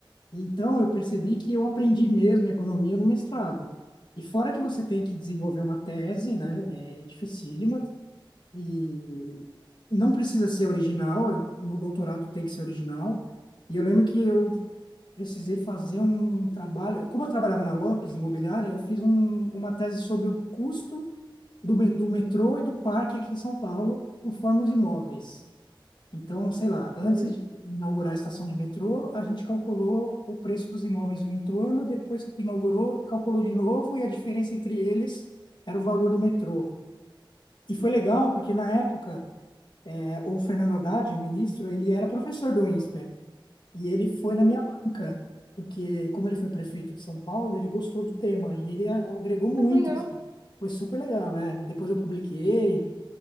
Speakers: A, on the left; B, on the right.
A: Então, eu percebi que eu aprendi mesmo economia no mestrado. E fora que você tem que desenvolver uma tese, né? É dificílima e não precisa ser original, no doutorado tem que ser original. E eu lembro que eu precisei fazer um trabalho. Como eu trabalhava na Lopes Imobiliária, eu fiz um, uma tese sobre o custo do, me- do metrô e do parque aqui em São Paulo, conforme os imóveis. Então, sei lá, antes
B: uhum,
A: de inaugurar a estação de metrô, a gente calculou o preço dos imóveis no entorno, depois que inaugurou, calculou de novo e a diferença entre eles era o valor do metrô. E foi legal, porque na época, eh, o Fernando Haddad, o ministro, ele era professor do Insper. E ele foi
B: uhum.
A: na minha banca, porque como ele foi prefeito de São Paulo, ele gostou do tema e ele a- agregou muito.
B: Ah, que legal.
A: assim. Foi super legal, né? Depois eu publiquei